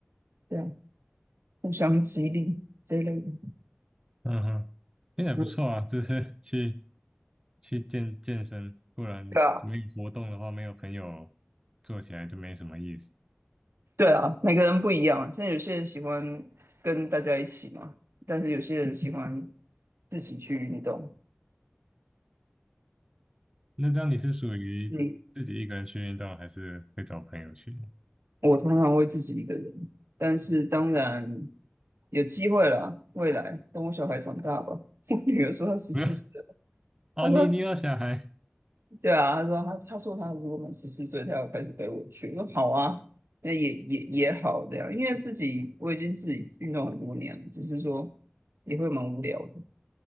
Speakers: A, on the right (about 70°); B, on the right (about 15°).
A: 这样互相激励这一类的。
B: 嗯哼，那也不错啊，
A: 嗯，
B: 就是去去健健身，不然没有活动的话，
A: 对啊，
B: 没有朋友做起来就没什么意思。
A: 对啊，每个人不一样。像有些人喜欢跟大家一起嘛，但是有些人喜欢自己去运动。
B: 那这样你是属于自己一个人去运动，
A: 嗯，
B: 还是会找朋友去呢？
A: 我通常会自己一个人，但是当然有机会啦，未来等我小孩长大吧。<laughs> 我女儿说她十四岁了，
B: <laughs> 没有哦，
A: 她说
B: 你你有小孩？
A: 对啊，他说他他说他如果满十四岁，他要开始陪我去。我说好啊，那也也也好的呀，因为自己我已经自己运动很多年了，只是说也会蛮无聊的。